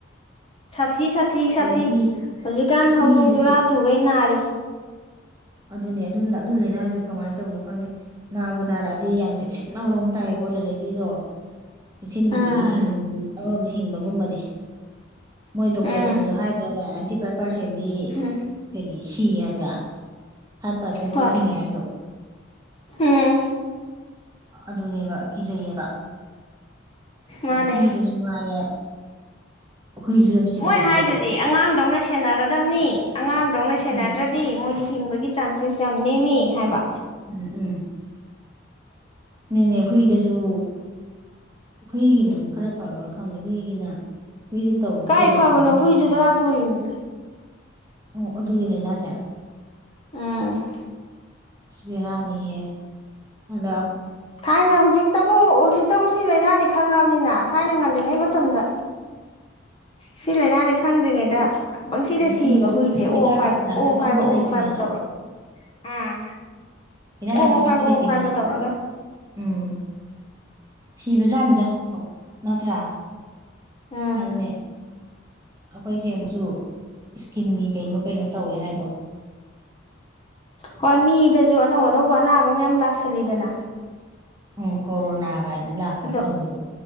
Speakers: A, on the left; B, on the right.
A: ꯁꯥꯊꯤ ꯁꯥꯊꯤ ꯁꯥꯊꯤ
B: ꯑꯗꯨ ꯍꯨꯏ
A: ꯍꯧꯖꯤꯛꯀꯥꯟ
B: ꯍꯨꯏꯗꯁꯨ
A: ꯍꯧꯗꯣꯡ ꯗꯨꯔꯥ ꯇꯨꯈꯩ ꯅꯥꯔꯤ
B: ꯑꯗꯨꯅꯤ ꯑꯗꯨ ꯑꯗꯨ ꯂꯩꯅꯔꯁ ꯀꯃꯥꯏꯅ ꯇꯧꯕꯅꯣ ꯈꯪꯗꯦ ꯅꯥꯕꯨ ꯅꯥꯔꯛꯑꯗꯤ ꯌꯥꯝ ꯆꯦꯛꯁꯤꯟꯅꯕ ꯃꯔꯣꯝ ꯇꯥꯏꯌꯦꯀꯣꯂ ꯂꯩꯕꯤꯗꯣ ꯆꯦꯛꯁꯤꯟꯈꯤꯕꯒꯤ
A: ꯑꯥ
B: ꯍꯤꯡ ꯑꯃꯔꯣꯝꯗ ꯍꯤꯡꯕꯒꯨꯝꯕꯅꯦ ꯃꯣꯏ ꯗꯣꯛꯇꯔꯁꯤꯡꯅꯁꯨ
A: ꯎꯝ
B: ꯍꯥꯏꯗ꯭ꯔꯅꯦ ꯅꯥꯏꯟꯇꯤ ꯐꯥꯏꯚ ꯄꯥꯔꯁꯦꯟꯗꯤ
A: ꯎꯝ
B: ꯀꯔꯤ ꯁꯤ ꯍꯥꯏꯕ꯭ꯔꯥ ꯍꯥꯞꯥ ꯄꯥꯔꯁꯦꯟ ꯈꯛ
A: ꯍꯣꯏ
B: ꯍꯤꯡꯉꯦ ꯍꯥꯏꯗꯣ
A: ꯎꯝ
B: ꯑꯗꯨꯅꯦꯕ ꯀꯤꯖꯩꯌꯦꯕ
A: ꯃꯥꯅꯦ
B: ꯑꯗꯩ ꯍꯨꯏꯗꯁꯨ ꯉꯥꯏꯔꯦ ꯍꯨꯏꯁꯨ ꯌꯥꯝ ꯁꯤꯒꯜꯂꯦ
A: ꯃꯣꯏ ꯍꯥꯏꯗꯗꯤ
B: ꯍꯥꯏꯗꯣ
A: ꯑꯉꯥꯡꯗꯧꯅ ꯁꯦꯟꯅꯒꯗꯕꯅꯤ ꯑꯉꯥꯡꯗꯧꯅ ꯁꯦꯟꯅꯗ꯭ꯔꯗꯤ
B: ꯎꯝ
A: ꯃꯣꯏꯗꯤ ꯍꯤꯡꯕꯒꯤ ꯆꯥꯟꯁꯦꯁ ꯌꯥꯝꯅ ꯅꯦꯝꯃꯤ ꯍꯥꯏꯕ
B: ꯎꯝ ꯎꯝ ꯅꯅꯦ ꯍꯨꯏꯗꯁꯨ ꯍꯨꯏꯒꯤꯅ ꯑꯃꯨꯛ ꯈꯔ ꯐꯕ꯭ꯔꯥ ꯈꯪꯗꯦ ꯍꯨꯏꯒꯤꯅ ꯍꯨꯏꯗꯤ ꯇꯧꯁꯨ
A: ꯀꯥꯏ
B: ꯇꯧꯏ
A: ꯐꯕꯅꯣ
B: ꯍꯥꯏ ꯃꯣꯏꯗꯤ
A: ꯍꯨꯏꯁꯨꯨ ꯗ‌ꯣꯔꯥ ꯇꯨꯔꯤꯅꯤ
B: ꯑꯣ ꯑꯗꯨꯒꯤ ꯂꯩꯅꯥꯁꯦ
A: ꯎꯝ
B: ꯑꯁꯕꯤꯔꯅꯤꯌꯦ ꯑꯗꯥ
A: ꯊꯥꯏꯅ ꯍꯧꯖꯤꯛ ꯇꯕꯨ ꯍꯧꯖꯤ ꯐꯠꯇꯕꯁꯤ ꯂꯥꯏꯅꯥꯅꯤ ꯈꯪꯉꯕꯅꯤꯅ ꯊꯥꯏꯅ ꯉꯜꯂꯤꯉꯩ ꯃꯇꯝꯗ ꯁꯤꯂꯥꯏꯅ ꯑꯅꯤ ꯈꯪꯗ꯭ꯔꯤꯉꯩꯗ ꯄꯪꯁꯤꯗ
B: ꯚꯦꯛꯁꯤꯟꯒ
A: ꯁꯤꯕ ꯍꯨꯏꯁꯦ ꯑꯣ
B: ꯍꯤꯗꯥꯛꯀ
A: ꯐꯕ
B: ꯂꯥꯡꯊꯛꯀ
A: ꯑꯣ ꯐꯥꯏꯕ
B: ꯑꯝꯇ
A: ꯑꯣ
B: ꯂꯩꯇ꯭ꯔꯤꯉꯩꯗ
A: ꯐꯥꯏꯕ ꯇꯧꯔ ꯑꯥ
B: ꯍꯤꯗꯥꯛ
A: ꯑꯣ
B: ꯂꯥꯡꯊꯛꯀ
A: ꯑꯣ ꯐꯥꯏꯕ
B: ꯑꯝꯇ ꯂꯩꯇ꯭ꯔꯤꯉꯩꯗ
A: ꯑꯣ ꯐꯥꯏꯕ ꯇꯧꯔꯒ
B: ꯎꯝ ꯁꯤꯕꯖꯥꯠꯅꯤꯗ ꯐꯥꯎ ꯅꯠꯇ꯭ꯔꯥ
A: ꯎꯝ
B: ꯑꯗꯨꯅꯦ ꯑꯩꯈꯣꯏ ꯁꯦꯝꯦꯝꯁꯨ ꯏꯁꯀꯤꯟꯒꯤ ꯀꯩꯅꯣ ꯀꯩꯅꯣ ꯇꯧꯋꯦ ꯍꯥꯏꯗꯣ
A: ꯍꯣꯏ ꯃꯤꯗꯁꯨ ꯑꯅꯧ ꯑꯅꯧꯕ ꯑꯅꯥꯕ ꯃꯌꯥꯝ ꯂꯥꯛꯁꯜꯂꯤꯗꯅ
B: ꯎꯝ ꯀꯣꯔꯣꯅꯥ ꯀꯃꯥꯏꯅ ꯂꯥꯛꯈꯤꯕꯣꯅ
A: ꯑꯗꯣ
B: ꯇꯧꯈꯤꯕꯣ